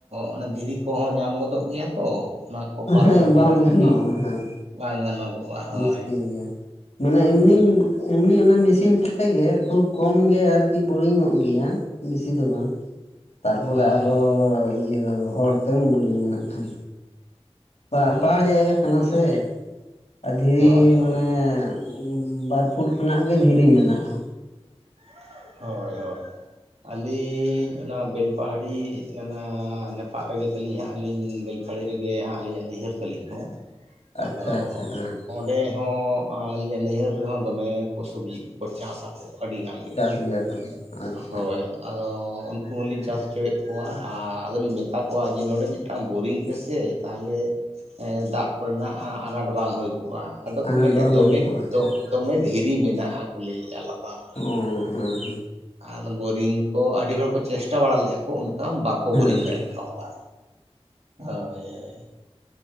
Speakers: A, on the right; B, on the left.
A: ᱚᱱᱮ ᱫᱷᱤᱨᱤ ᱠᱚᱦᱚᱸ ᱧᱟᱢ ᱜᱚᱫᱚᱜ ᱜᱮᱭᱟ ᱛᱚ ᱚᱱᱟ ᱠᱚ ᱯᱟᱨᱚᱢ
B: ᱦᱮᱸ
A: ᱠᱚ
B: ᱵᱟᱝ
A: ᱟᱹᱰᱤ
B: ᱜᱟᱱᱚᱜᱼᱟ
A: <unintelligible>
B: ᱦᱮᱸ
A: ᱵᱟᱝ ᱜᱟᱱᱚᱜᱚᱜᱼᱟ ᱦᱳᱭ
B: ᱢᱩᱥᱠᱤᱞ ᱜᱮᱭᱟ <unintelligible> ᱢᱟᱱᱮ ᱮᱢᱱᱤ
A: ᱢᱩᱥᱠᱤᱞ
B: ᱮᱢᱱᱤ ᱚᱱᱟ ᱢᱮᱥᱤᱱ ᱠᱟᱛᱮᱫ ᱜᱮ ᱠᱷᱩᱵ ᱠᱚᱢᱜᱮ ᱟᱨᱠᱤ ᱵᱳᱨᱤᱝ ᱚᱜ ᱜᱮᱭᱟ ᱵᱤᱥᱤ ᱫᱚ ᱵᱟᱝ ᱛᱟᱨᱯᱚᱨᱮ
A: ᱦᱳᱭ
B: ᱟᱨᱚ
A: ᱦᱳᱭ
B: ᱤᱭᱟᱹ ᱦᱚᱲ ᱛᱮᱢ ᱵᱚᱨᱤᱝ-ᱟ ᱱᱟᱜᱠᱷᱟᱱ <unintelligible>
A: ᱦᱳᱭ
B: ᱯᱟᱦᱟᱲ ᱡᱟᱭᱜᱟ ᱠᱟᱱᱟ ᱥᱮ <unintelligible> ᱟᱨ ᱫᱷᱤᱨᱤ
A: ᱦᱳᱭ ᱦᱳᱭ
B: ᱢᱟᱱᱮ <unintelligible> ᱵᱟᱨ ᱯᱷᱩᱴ ᱠᱷᱚᱱᱟᱜ ᱜᱮ ᱫᱷᱤᱨᱤ ᱢᱮᱱᱟᱜᱼᱟ
A: <unintelligible> ᱦᱳᱭ ᱦᱳᱭ ᱟᱹᱞᱤᱧ ᱚᱱᱟ ᱵᱮᱞᱯᱟᱦᱟᱲᱤ ᱚᱱᱟ ᱡᱟᱯᱟᱜ ᱨᱮᱜᱮ ᱛᱟᱹᱞᱤᱧ ᱦᱟᱸᱜ ᱟᱹᱞᱤᱧ ᱵᱮᱞᱯᱟᱦ ᱟᱲᱤ ᱨᱮᱜᱮ ᱦᱟᱸᱜ ᱟᱹᱞᱤᱧᱟᱜ ᱱᱟᱹᱭᱦᱟᱹᱨ ᱛᱟᱹᱞᱤᱧ ᱦᱚᱸ
B: ᱟᱪᱪᱷᱟ
A: ᱟᱫᱚ
B: ᱟᱪᱪᱷᱟ ᱦᱮᱸ
A: ᱚᱸᱰᱮ ᱦᱚᱸ ᱟᱹᱞᱤᱧᱟᱜ ᱱᱟᱹᱭᱦᱟᱹᱨ ᱨᱮᱦᱚᱸ ᱫᱚᱢᱮ ᱠᱚ ᱥᱚᱵᱽᱡᱤ ᱠᱚᱠᱚ ᱪᱟᱥ ᱟᱠᱚ ᱟᱹᱰᱤᱜᱟᱱ <unintelligible>
B: ᱪᱟᱥ ᱜᱮᱭᱟ ᱠᱚ ᱟᱪᱪᱷᱟ
A: ᱦᱳᱭ ᱟᱫᱚ ᱟᱫᱚ ᱩᱱᱠᱩ ᱦᱚᱸᱞᱤᱧ ᱪᱟᱥ ᱦᱚᱪᱚᱭᱮᱫ ᱠᱚᱣᱟ ᱟᱨ ᱟᱫᱚᱞᱤᱧ ᱢᱮᱛᱟ ᱠᱚᱣᱟ ᱡᱮ ᱱᱚᱸᱰᱮ ᱢᱤᱫᱴᱟᱝ ᱵᱳᱨᱤᱝ ᱯᱮᱥᱮ ᱛᱟᱦᱚᱞᱮ <unintelligible> ᱫᱟᱜ ᱠᱚᱨᱮᱱᱟᱜ ᱟᱱᱟᱴ ᱵᱟᱝ ᱦᱩᱭᱠᱚᱜᱼᱟ ᱟᱫᱚ
B: ᱟᱱᱟᱴ
A: ᱠᱚ ᱢᱮᱱᱮᱫᱼᱟ
B: ᱵᱟᱝ ᱦᱩᱭ ᱠᱚᱜᱼᱟ
A: ᱫᱚᱢᱮ <unintelligible> ᱫᱷᱤᱨᱤ ᱢᱮᱱᱟᱜᱼᱟ ᱠᱚ ᱞᱟᱹᱭᱮᱫᱼᱟ ᱞᱟᱛᱟᱨ ᱨᱮ
B: ᱚ ᱦᱩᱸ ᱦᱩᱸ
A: ᱟᱫᱚ ᱵᱳᱨᱤᱝ ᱠᱚ ᱟᱹᱰᱤ ᱦᱚᱲ ᱠᱚ ᱪᱮᱥᱴᱟ ᱵᱟᱲᱟ ᱞᱮᱫᱼᱟ ᱠᱚ ᱚᱱᱠᱟ ᱵᱟᱠᱚ <unintelligible>
B: ᱦᱮᱸ
A: ᱵᱳᱨᱤᱝ
B: ᱦᱮᱸ
A: ᱫᱟᱲᱮ ᱠᱟᱣᱫᱟ <unintelligible> ᱦᱳᱭ ᱦᱳᱭ